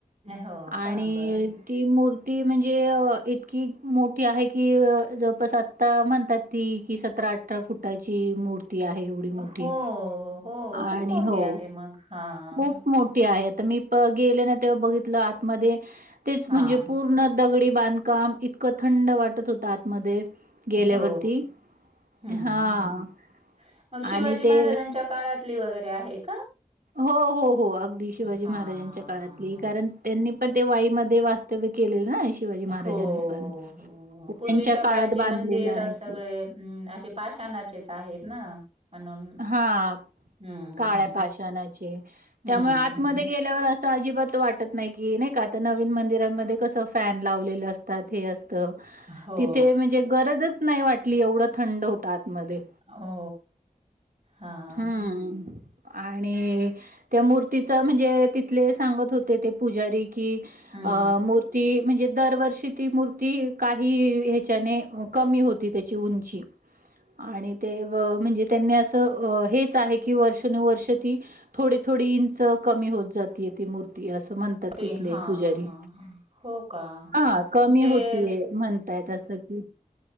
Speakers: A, on the right; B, on the right.
A: हो
B: आणि
A: का? बरं, बरं.
B: ती मूर्ती ती म्हणजे इतकी मोठी आहे की जवळपास आत्ता म्हणतात ती की सतरा आठ अठरा फुटाची मूर्ती आहे एवढी. मोठी.
A: हो हो
B: आणि
A: खूप मोठी
B: हो,
A: आहे मग हां.
B: खूप मोठी आहे आता मी गेले ना तेव्हा बघितल आतमध्ये तेच
A: हां.
B: म्हणजे पूर्ण दगडी बांधकाम इतक थंड वाटत होत आतमध्ये. गेल्यावरती.
A: हो हम्म
B: हां.
A: मग शिवाजी
B: आणि ते
A: महाराजांच्या काळातली वगैरे आहे का?
B: हो हो हो अगदी शिवाजी
A: हां.
B: महाराजांच्या काळातली कारण त्यांनी पण ते वाईमध्ये वाच <unintelligible> केल ना <unintelligible> महाराजांनी
A: हो
B: पण. त्यांच्या
A: पूर्वीच्या
B: काळात
A: काळचे
B: बांधलेलं
A: मंदिर
B: आहे
A: सगळे
B: ते.
A: अशे पाषाणाचेच आहेत ना? म्हणून
B: हां
A: हं,
B: काळ्या
A: हं.
B: पाषणाचे
A: हं,
B: त्यामुळे आतमध्ये
A: हं.
B: गेल्यावर अस अजिबात वाटत नाही की नाही का आता नवीन मंदिरांमध्ये कस फॅन लावलेले असतात हे अस
A: हो.
B: तिथे म्हणजे गरजच नाही वाटली एवढ थंड होत आतमध्ये.
A: हो हां
B: हम्म.
A: हां
B: आणि त्या मूर्तीच म्हणजे तिथले सांगत होते ते पुजारी. कि
A: हं.
B: अ मूर्ती म्हणजे दरवर्षी ती मूर्ती काही ह्याचाने कमी होती त्याची उंची आणि ते म्हणजे त्यांनी अस हेच आहे की वर्षानुवर्ष ती थोडी थोडी इंच कमी होत जाते ती मूर्ती अस म्हणतात.
A: ते
B: तिथले
A: हां,
B: पुजारी
A: हां, हां. हो का?
B: हा कमी
A: मग ते
B: होतीय म्हण त्यात असं की,